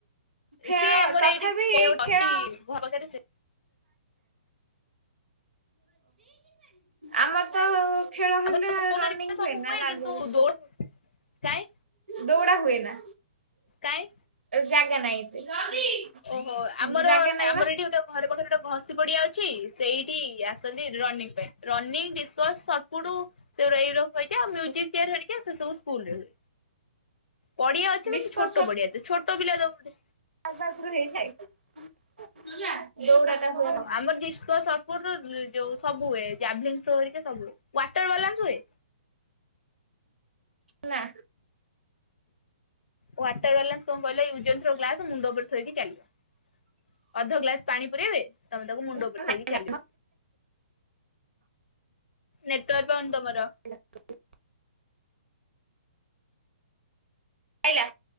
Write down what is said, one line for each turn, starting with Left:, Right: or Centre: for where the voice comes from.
Right: ଖେଳ
Left: ସେ ଆମର
Right: ତଥାପି
Left: ଏଇଠି ପଡିଆ ଗୋଟେ
Right: ଖେଳ
Left: <unintelligible>
Right: ଆମର ତ ଖେଳ ହେଲେ
Left: ଆମର ସ୍ପୋର୍ଟସ
Right: ରନିଂ
Left: ହେରିକା
Right: ହୁଏନା
Left: ସବୁ ହୁଏ
Right: ଲାଗୁନି।
Left: କିନ୍ତୁ ଦୌଡ କାଇଁ
Right: ଦୌଡ଼ା ହୁଏ ନା
Left: କାଇଁ
Right: ଜାଗା ନାହିଁ। ଏତେ।
Left: ଓହୋ ଆମର
Right: ଜାଗା ନାଇଁ
Left: ଆମର
Right: ବା
Left: ଏଠି ଗୋଟେ ଘରେ ପାଖରେ ଗୋଟେ ଘଷି ପଡିଆ ଅଛି। ସେଇଠି ଆସନ୍ତି ରନିଙ୍ଗ ପାଇଁ ରନିଂ, ଡିସକ୍ସ, ସଟଫୁଟ। ଶେଗୁରା ଇଉରପ୍ ହୋଚା ମ୍ୟୁଜିକ ଚିଆରାହେରିକା ସେ ସବୁ ସ୍କୁଲରେ ହୁଏ। ପଡିଆ ଅଛି
Right: ଡିସ୍କସ୍
Left: କିନ୍ତୁ ଛୋଟ ପଡିଆଟେ ଛୋଟ ପିଲା ଦଉଡେ
Right: ତାଙ୍କ ଆଗରୁ ହେଇସାଇଲାଣି। ଦୌଡ଼ା ଖୁଁ।
Left: ଓ ଆମର ଡିସ୍କସ ଯଉ ସବୁ ହୁଏ ଯାବଳୀନ୍ସ ଥ୍ରୋ ହେକା ସବୁହୁଏ ୱାଟର ବାଲାନ୍ସ ହୁଏ।
Right: ନା।
Left: ୱାଟର ବାଲାନ୍ସ କଣ କହିଲ ୟୁଜ ଆଣ୍ଡ ଥ୍ରୋ ଗ୍ଲାସ ମୁଣ୍ଡ ଉପରେ ଥାଇକି ଚାଲିବ ଅଧ ଗ୍ଲାସ ପାଣି ପୁରେଇବେ ତମେ ତାକୁ ମୁଣ୍ଡ
Right: ଆଇଲା
Left: ଉପରେ ଥୋଇକି ଚାଲିବ। ନେଟୱାର୍କ ପାଉନି ତମର?
Right: ଆ ଆଇଲା।